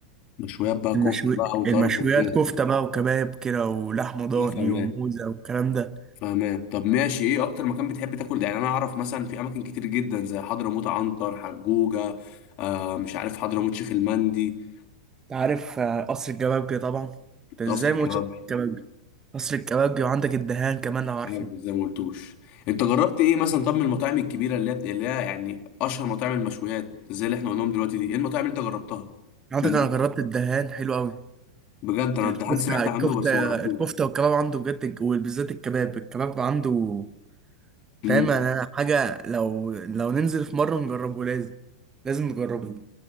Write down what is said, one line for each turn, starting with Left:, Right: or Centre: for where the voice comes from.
Left: مشويات بقى
Right: المشوي
Left: كفته بقى وطرب
Right: المشويات
Left: وكده
Right: كفته بقى وكباب كده ولحمه ضاني
Left: كده فاهم
Right: وموزه والكلام ده
Left: فاهمان طب ماشي ايه اكتر مكان بتحب تاكل يعني انا اعرف مثلا في اماكن كتير جدا زي حضرموت عنتر حجوجه آه مش عارف حضرموت شيخ المندي
Right: انت عارف آه، قصر الكبابجي طبعا انت ازاي
Left: قصر الكباب
Right: ما قلتش قصر الكبابجي قصر الكبابجي وعندك الدهان كمان لو عارفه
Left: عارف زي ما قلتوش انت جربت ايه مثلا طب من المطاعم الكبيره اللي هي بت- اللي هي يعني اشهر مطاعم المشويات زي اللي احنا قلناهم دلوقتي دي ايه المطاعم اللي انت جربتها
Right: عندك
Left: من
Right: انا جربت الدهان حلو قوي
Left: بجد انا
Right: الكفته
Left: الدهان سمعت
Right: الكفته
Left: عنه بس ما جربتوش
Right: الكفته والكباب عنده بجد وبالذات الكباب الكباب عنده فاهم
Left: امم
Right: يعني انا حاجه لو لو ننزل في مره نجربه لازم لازم نجربه